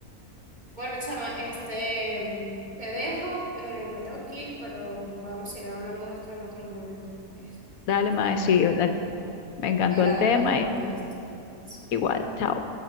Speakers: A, on the right (about 30°); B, on the left (about 75°).
A: Bueno, chama, este, te dejo, eh, me tengo que ir, pero podemos seguir hablando de esto en otro momento.
B: Dale,
A: Fue
B: mae, sí,
A: ah,
B: dale, me encantó
A: agradable
B: el tema
A: compartir
B: y
A: esto. Eso.
B: igual, chao.